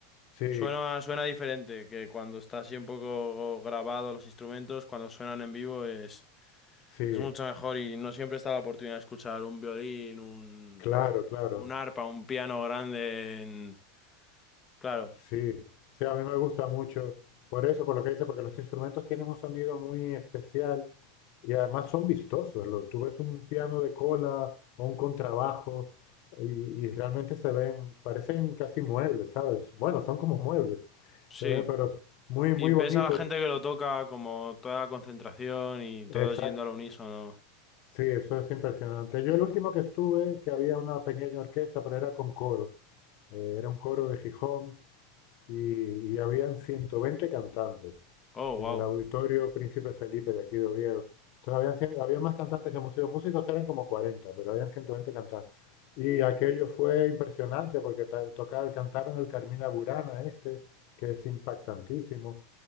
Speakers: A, on the left; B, on the left.
A: sí,
B: Suena, suena diferente que cuando está así un poco grabado los instrumentos, cuando suenan en vivo es...
A: sí,
B: Es mucho mejor y no siempre está la oportunidad de escuchar un violín, un,
A: claro, claro.
B: un arpa, un piano grande en... Claro,
A: Sí, sí, a mí me gusta mucho. Por eso, por lo que dice, porque los instrumentos tienen un sonido muy especial y además son vistosos. Lo- tú ves un piano de cola o un contrabajo y, y realmente se ven, parecen casi muebles, ¿sabes? Bueno, son como muebles,
B: sí.
A: se ven, pero s- muy, muy
B: Y ves
A: bonitos.
B: a la gente que lo toca como toda la concentración y todos
A: Exacto.
B: yendo al unísono.
A: Sí, eso es impresionante. Yo el último que estuve, que había una pequeña orquesta, pero era con coro. eh, era un coro de Gijón y, y habían 120 cantantes
B: Oh,
A: en
B: wow.
A: el auditorio Príncipe Felipe de aquí de Oviedo. Entonces habían, había más cantantes que músicos. Músicos eran como cuarenta pero habían 120 cantantes. Y aquello fue impresionante porque ta- tocar, cantaron el Carmina Burana este, que es impactantísimo.